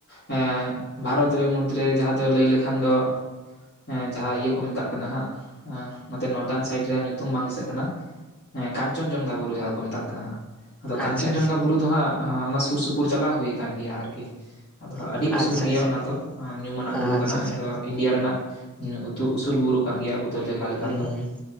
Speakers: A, on the left; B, in the centre.
A: ᱦᱮᱸ ᱵᱷᱟᱨᱚᱛ ᱨᱮ ᱢᱩᱫᱽᱨᱮ ᱡᱟᱦᱟᱸ ᱫᱚ ᱞᱟᱹᱭ ᱞᱮᱠᱷᱟᱱ ᱫᱚ ᱮᱸ ᱡᱟᱦᱟ ᱤᱭᱟᱹ ᱠᱚ ᱢᱮᱛᱟᱜ ᱠᱟᱱᱟ ᱦᱟᱸᱜ ᱮ ᱱᱚᱛᱮ ᱱᱚᱨᱫᱟᱱ ᱥᱟᱭᱤᱰ ᱨᱮᱭᱟᱜ ᱧᱩᱛᱩᱢ ᱵᱟᱝ ᱫᱤᱥᱟᱹᱜ ᱠᱟᱱᱟ ᱮᱸ ᱠᱟᱧᱪᱚᱱ ᱡᱚᱝᱜᱟ ᱵᱩᱨᱩ ᱡᱟᱦᱟᱸ ᱠᱚ ᱢᱮᱛᱟᱜ ᱠᱟᱱᱟ ᱦᱟᱜ ᱟᱫᱚ ᱠᱟᱧᱪᱚᱱ
B: ᱟᱪᱪᱷᱟ ᱟᱪᱪᱷᱟ
A: ᱡᱚᱝᱜᱟ ᱵᱩᱨᱩ ᱫᱚ ᱦᱟᱸᱜ ᱚᱱᱟ ᱥᱩᱨ ᱥᱩᱯᱩᱨ ᱪᱟᱞᱟᱣ ᱦᱩᱭ ᱠᱟᱱ ᱜᱮᱭᱟ ᱟᱨᱠᱤ ᱛᱷᱚ ᱟᱹᱰᱤ
B: ᱟᱪᱪᱷᱟ
A: ᱩᱥᱩᱞ ᱜᱮᱭᱟ ᱚᱱᱟ ᱫᱚ ᱧᱩᱢᱟᱱᱟᱜ
B: ᱟᱪᱪᱷᱟ
A: ᱵᱩᱨᱩ ᱠᱟᱱᱟ
B: ᱟᱪᱪᱷᱟ
A: ᱮᱱᱫᱚ ᱤᱱᱰᱤᱭᱟ ᱨᱮᱱᱟᱜ ᱩᱛᱩ ᱩᱥᱩᱞ ᱵᱩᱨᱩ ᱠᱟᱱ ᱜᱮᱭᱟ ᱟᱵᱩ ᱫᱚ ᱞᱮᱠᱷᱟᱱ
B: ᱦᱩᱸ
A: ᱫᱚ